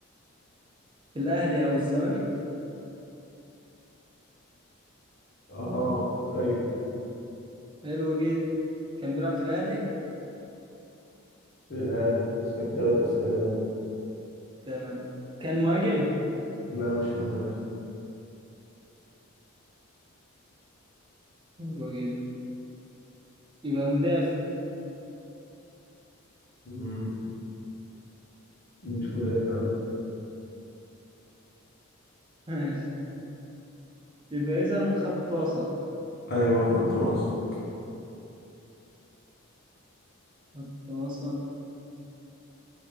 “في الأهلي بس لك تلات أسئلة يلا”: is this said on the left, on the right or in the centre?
Left